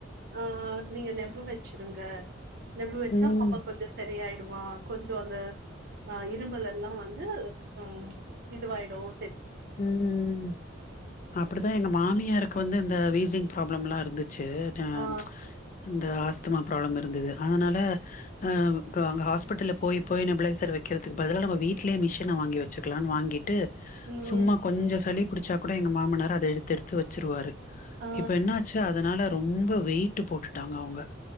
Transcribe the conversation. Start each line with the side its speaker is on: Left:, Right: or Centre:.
Right: ஆஹ் நீங்க நெபு வச்சுருங்க இத வச்ச
Left: ம்
Right: பாப் சரியாயிடுமா கொஞ்சம் அந்த ஆ இரும்பலல்லாம் வந்து ஆ இதுவாயிடும்
Left: உம் அப்படித்தான் எங்க மாமியாருக் ப்ப வந்து இந்த வீசிங் பிராப்ளம்லா இருந்து சேரி
Right: ஆ
Left: இந்த ஆஸ்துமா ப்ராப்ளம் இருந்தது அதனால ஆ அங்க ஹாஸ்பிட்டல போய் போய் நெப்ளைசர் வெக்கிறதுக்கு பதிலா நம்ம வீட்லயே மிஷின வாங்கி வெச்சிக்கிலானு வாங்கிட்டு
Right: ம்
Left: சும்மா கொஞ்ச சளி புடிச் புடிச்சா கூட எங்க மாமனாரு அத எடுத்து எடுத்து வெச்சிருவாரு
Right: ஆ
Left: இப்ப என்ன ஆச்சு அதனால ரொம்ப வெயிட்டு போட்டுட்டாங்க அவுங்